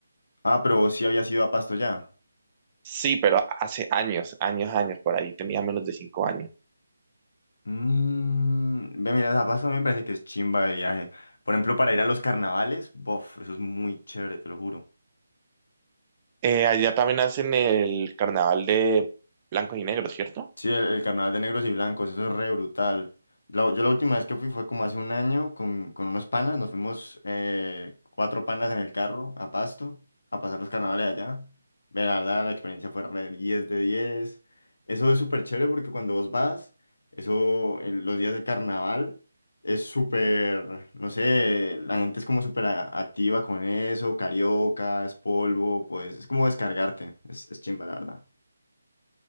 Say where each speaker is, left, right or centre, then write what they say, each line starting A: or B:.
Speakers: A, on the left (about 70°); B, on the right (about 25°).
A: Ah, pero vos sí habías ido a Pasto ya.
B: Sí, pero hace años, años, años, por ahí tenía menos de cinco años.
A: Mm, ve, mira, a Pasto a mí me parece que es chimba de viaje. Por ejemplo, para ir a los carnavales, bof, eso es muy chévere, te lo juro.
B: Eh, allá también hacen el carnaval de Blanco y Negro, ¿cierto?
A: Sí, el, el carnaval de negros y blancos, eso es re brutal. La- yo la última vez que fui fue como hace un año con, con unos panas, nos fuimos eh, cuatro panas en el carro a Pasto a pasar los carnavales allá. Ve, La verdad, la experiencia fue re 10 de 10. Eso es súper chévere porque cuando vos vas, eso, el- los días de carnaval es súper, no sé, la gente es como súper a- activa con eso, cariocas, polvo, pues es como descargarte, es, es chimba, la verdad.